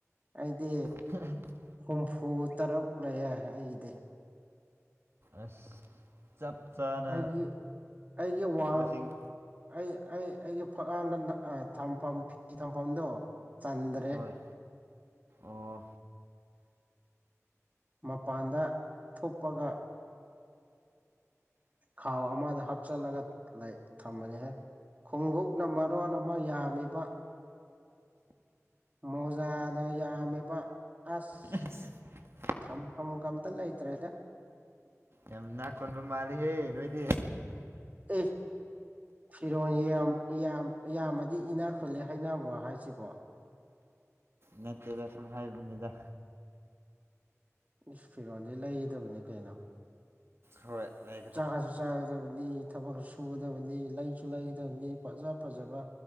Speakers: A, on the right; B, on the right.
A: ꯑꯩꯗꯤ
B: <unintelligible>
A: ꯍꯨꯝꯐꯨ ꯇꯔꯨꯛ ꯂꯩꯌꯦ ꯑꯩꯒꯤꯗꯤ
B: ꯑꯁ ꯆꯞ ꯆꯥꯅ
A: ꯑꯩꯒꯤ ꯑꯩꯒꯤ ꯋꯥꯜ
B: ꯃꯥꯁꯤꯡ
A: ꯑꯩ ꯑꯩ ꯑꯩꯒꯤ ꯐꯛꯂꯥꯡꯗ ꯊꯝꯐꯝ ꯐꯤ ꯊꯝꯐꯝꯗꯣ ꯆꯟꯗ꯭ꯔꯦ
B: ꯍꯣꯏ ꯑꯣ
A: ꯃꯄꯥꯟꯗ ꯊꯨꯝꯄꯒ ꯈꯥꯎ ꯑꯃꯗ ꯍꯥꯞꯆꯜꯂꯒ ꯊꯝꯕꯅꯤꯍꯦ ꯈꯨꯎꯞꯅ ꯃꯔꯣꯟ ꯑꯃ ꯌꯥꯝꯃꯤꯕ ꯃꯣꯖꯥꯅ ꯌꯥꯝꯃꯤꯕ ꯑꯁ
B: <unintelligible>
A: ꯊꯝꯐꯝꯒ ꯑꯝꯇ ꯂꯩꯇ꯭ꯔꯦꯗ
B: ꯌꯥꯝ ꯏꯅꯥꯛ ꯈꯨꯟꯕ ꯃꯥꯜꯂꯤꯍꯦ ꯅꯣꯏꯗꯤ
A: ꯑꯦ ꯐꯤꯔꯣꯜ ꯌꯥꯝ ꯌꯥꯝ ꯌꯥꯝꯃꯗꯤ ꯏꯅꯥꯛ ꯈꯨꯜꯂꯦ ꯍꯩꯅꯕ꯭ꯔꯣ ꯍꯥꯏꯁꯤꯕꯣ
B: ꯅꯠꯇꯦꯗ ꯁꯨꯝ ꯍꯥꯏꯕꯅꯤꯗ
A: ꯏꯁ ꯐꯤꯔꯣꯟꯜꯗꯤ ꯂꯩꯒꯗꯕꯅꯤ ꯀꯩꯅꯣ
B: ꯍꯣꯏ ꯂꯩ
A: ꯆꯥꯒꯁꯨ ꯆꯥꯒꯗꯕꯅꯤ ꯊꯥꯕꯛꯁꯨ ꯁꯨꯒꯗꯕꯅꯤ ꯂꯩꯁꯨ ꯂꯩꯒꯗꯕꯅꯤ ꯐꯖꯥ ꯐꯖꯕ